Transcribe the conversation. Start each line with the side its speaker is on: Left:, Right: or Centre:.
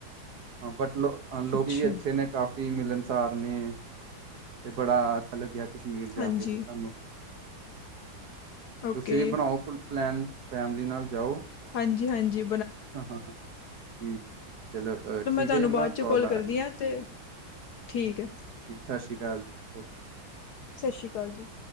Right: ਹਾਂ, ਬਟ ਲੋ ਲੋਕੀ
Left: ਅੱਛਾ-ਅੱਛਾ
Right: ਵੀ ਅੱਛੇ ਨੇ ਕਾਫੀ ਮਿਲਨਸਾਰ ਨੇ, ਤੇ ਬੜਾ ਅੱਛਾ ਲੱਗਿਆ ਕਸ਼ਮੀਰ ਜਾ
Left: ਹਾਂਜੀ
Right: ਕੇ ਫਿਰ ਸਾਨੂੰ
Left: ਓਕੇ
Right: ਤੁਸੀਂ ਵੀ ਬਣਾਓ ਫੁਲ ਪਲੈਨ, ਫੈਮਿਲੀ ਨਾਲ ਜਾਓ
Left: ਹਾਂਜੀ- ਹਾਂਜੀ
Right: ਹਾਂ ਹਾਂ ਹਾਂ ਜੀ ਚਲੋ ਠੀਕ
Left: ਤੁਹਾਨੂੰ
Right: ਹੈ ਜੀ, ਮੈਂ
Left: ਬਾਅਦ 'ਚੋਂ
Right: ਕਾਲ ਆ
Left: ਕਰਦੀ
Right: ਰਹੀ
Left: ਹਾਂ ਤੇ ਠੀਕ ਹੈ
Right: ਸਤਿ ਸ਼੍ਰੀ ਅਕਾਲ ਜੀ ਓਕੇ
Left: ਸਤਿ ਸ਼੍ਰੀ ਅਕਾਲ ਜੀ